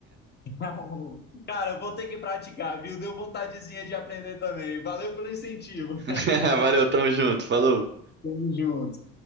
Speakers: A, on the left; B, on the right.
A: <laughs> Cara, eu vou ter que praticar, viu? Deu vontadezinha de aprender também, valeu pelo incentivo.
B: <laughs>
A: <laughs>
B: Valeu, tamo junto, falou.
A: Tamo junto.